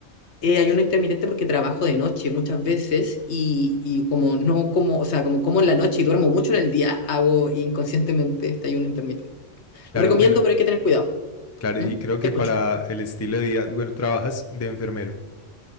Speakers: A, on the left; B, on the left.
A: eh, ayuno intermitente porque trabajo de noche muchas veces y, y como no como, o sea, como como en la noche y duermo mucho en el día, hago inconscientemente este ayuno intermitente.
B: Claro,
A: Recomiendo,
B: bueno,
A: pero hay que tener cuidado.
B: claro,
A: ¿Mm?
B: y creo que
A: Te escucho.
B: para el estilo de vida, bueno, trabajas de enfermero.